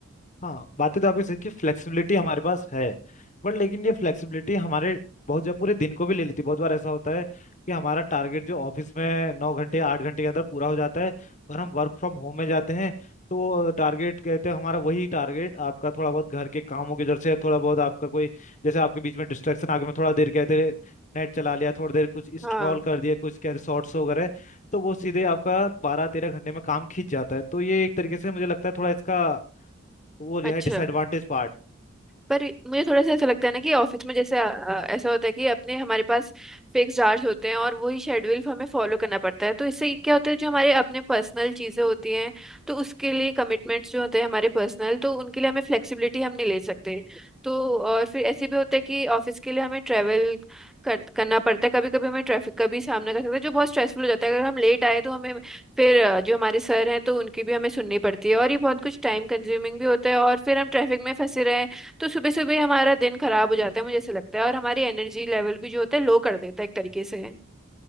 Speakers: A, on the left; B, in the centre.
A: हाँ बातें तो आपकी सही कि फ्लेक्सिबिलिटी हमारे पास है बट लेकिन ये फ्लेक्सिबिलिटी हमारे बहुत जब पूरे दिन को भी ले लेती है बहुत बार ऐसा होता है कि हमारा टारगेट जो ऑफिस में नौ घंटे आठ घंटे के अंदर पूरा हो जाता है और हम वर्क फ्रॉम होम में जाते हैं तो टारगेट कहते हैं हमारा वही टारगेट आपका थोड़ा बहुत घर के कामों की वजह से थोड़ा बहुत आपका कोई जैसे आपके बीच में डिस्ट्रैक्शन आ गया मैं थोड़ा देर कहते हैं नेट चला लिया थोड़ी देर कुछ
B: हाँ
A: स्क्रॉल कर दिया कुछ कहते शॉर्ट्स वगैरह तो वो सीधे आपका बारह तेरह घंटे में काम खींच जाता है तो ये एक तरीके से मुझे लगता है थोड़ा इसका तो वो जो
B: अच्छा
A: है डिसएडवांटेज पार्ट
B: पर मुझे थोड़ा सा ऐसा लगता है ना कि ऑफिस में जैसे अ, अ, ऐसा होता है कि अपने हमारे पास फिक्स आवर्स होते हैं और वही शेड्यूल हमें फॉलो करना पड़ता है तो इससे क्या होता है जो हमारे अपने पर्सनल चीज़ें होती हैं तो उसके लिए कमिटमेंट्स जो होते हैं हमारे पर्सनल तो उनके लिए हमें फ्लेक्सिबिलिटी हम नहीं ले सकते तो और फिर ऐसे भी होता है कि ऑफिस के लिए हमें ट्रैवल कर, करना पड़ता है कभी कभी हमें ट्रैफिक का भी सामना कर सकते हैं जो बहुत स्ट्रेसफुल हो जाता है अगर हम लेट आए तो हमें फिर अ, जो हमारे सर हैं तो उनकी भी हमें सुननी पड़ती है और ये बहुत कुछ टाइम कंज्यूमिंग भी होता है और फिर हम ट्रैफिक में फंसे रहे तो सुबह सुबह हमारा दिन खराब हो जाता है मुझे ऐसा लगता है और हमारी एनर्जी लेवल भी जो होता है लो कर देता है एक तरीके से